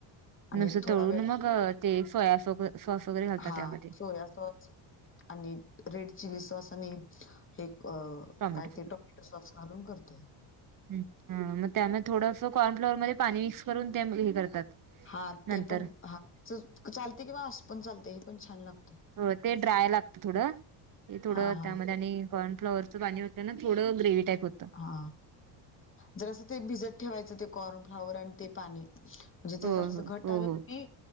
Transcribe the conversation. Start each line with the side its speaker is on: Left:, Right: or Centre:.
Left: आणि
Right: नुसत
Left: एक थोडा
Right: तळून
Left: वेळ
Right: मग ते सोयास सॉस वगैरे घालतात
Left: हा
Right: त्यामध्ये
Left: सोया सॉस आणि रेड चिली सॉस आणि हे क
Right: टोमॅटो
Left: काय ते टोमॅटो सॉस घालून करतोय.
Right: हम्म हं मग त्यामध्ये थोडंस कॉर्न फ्लॉवररमध्ये पाणी मिक्स करून त्या हे करतात.
Left: हा
Right: नंतर
Left: ते पण हा चालते किंवा आस पण चालते हे पण छान लागते.
Right: हो ते ड्राय लागत थोडं ते थोडं
Left: हा हा
Right: त्यामध्ये आणि कॉनफ्लॉवरचं पाणी होतं ना थोडं ग्रेवी टाईप होतं.
Left: हा जसं ते भिजत ठेवायचं ते कॉर्नफ्लावर अन् ते पाणी म्हणजे
Right: हो
Left: ते जरासं
Right: हो
Left: घट
Right: हो
Left: आलं
Right: हो
Left: की